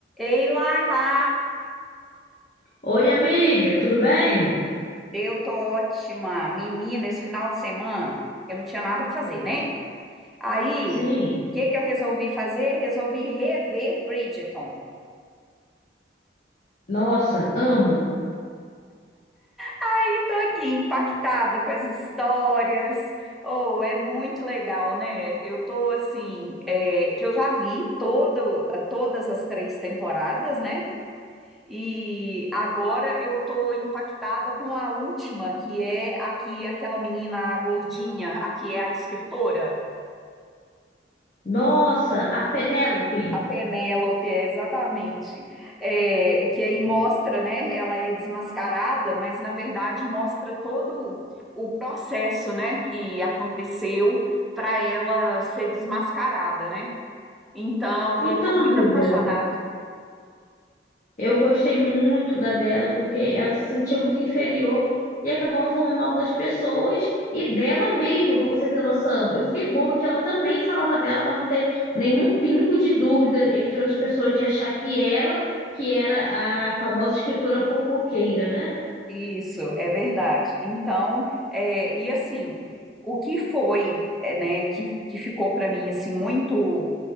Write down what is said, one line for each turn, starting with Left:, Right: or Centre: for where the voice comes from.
Centre: Ei, Laila,
Left: Oi, amiga, tudo bem?
Centre: eu tô ótima. Menina, esse final de semana eu não tinha nada pra fazer, né? Aí,
Left: Sim.
Centre: o que que eu resolvi fazer? Resolvi rever Bridgerton.
Left: Nossa, amo.
Centre: E tô aqui impactada com as histórias. Oh, é muito legal, né? Eu tô assim, é, que eu já vi todo, todas as três temporadas, né? E agora eu tô impactada com a última, que é aqui aquela menina gordinha, a que é a escritora.
Left: Nossa, a Penélope.
Centre: A Penélope, é, exatamente. É, que aí mostra, né? Ela é desmascarada, mas na verdade mostra todo o processo, né? Que aconteceu para ela ser desmascarada, né? Então,
Left: Então,
Centre: eu estou muito
Left: amiga,
Centre: apaixonada.
Left: eu gostei muito da dela porque ela se sentia muito inferior e acabava falando mal das pessoas e dela mesma, pra você ter noção. Eu fiquei boba que ela também falava dela pra não ter nenhum pingo de dúvida entre outras pessoas de achar que ela que era a famosa escritora fofoqueira, né?
Centre: Isso, é verdade. Então, é, e assim, o que foi, é, né? Que, que ficou para mim assim muito